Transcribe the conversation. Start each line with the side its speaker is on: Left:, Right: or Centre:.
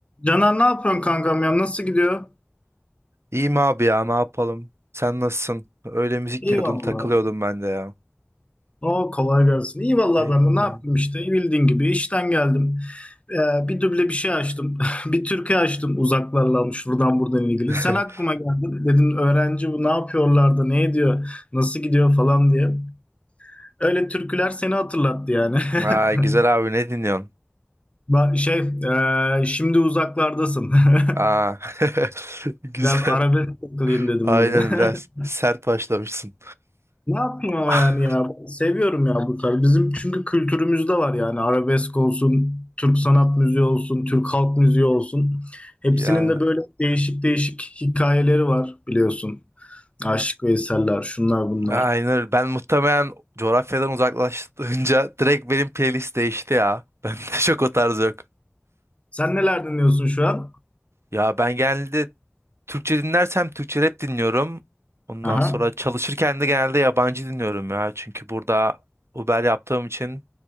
Left: Caner ne yapıyorsun kankam ya? Nasıl gidiyor?
Right: İyiyim abi ya ne yapalım? Sen nasılsın? Öyle müzik
Left: İyi
Right: dinliyordum
Left: valla.
Right: takılıyordum ben de ya.
Left: O kolay gelsin. İyi valla
Right: Eyvallah.
Left: ben de ne yaptım işte. Bildiğin gibi işten geldim. Ee, bir duble bir şey açtım. <laughs> bir türkü açtım uzaklarla almış buradan buradan ilgili.
Right: <laughs>
Left: Sen aklıma geldin. Dedim öğrenci bu ne yapıyorlar da ne ediyor? Nasıl gidiyor falan diye. Öyle türküler seni hatırlattı yani. <laughs>
Right: Aa, güzel abi ne dinliyorsun?
Left: Ba- Şey, ee, şimdi uzaklardasın. <laughs>
Right: Aa, <laughs> güzel.
Left: Biraz arabesk takılayım dedim
Right: Aynen
Left: bugün.
Right: biraz
Left: <laughs>
Right: sert başlamışsın.
Left: Ne yapayım ama
Right: <laughs>
Left: yani ya seviyorum ya bu tarz. Bizim çünkü kültürümüzde var yani arabesk olsun, Türk sanat müziği olsun, Türk halk müziği olsun. Hepsinin
Right: Ya
Left: de böyle değişik değişik hikayeleri var biliyorsun. Aşık Veysel'ler, şunlar bunlar.
Right: aynen ben muhtemelen coğrafyadan uzaklaşınca direkt benim playlist değişti ya. <laughs> Bende çok o tarz yok.
Left: Sen neler dinliyorsun şu an?
Right: Ya ben genelde Türkçe dinlersem Türkçe rap dinliyorum. Ondan
Left: Aha.
Right: sonra çalışırken de genelde yabancı dinliyorum ya. Çünkü burada Uber yaptığım için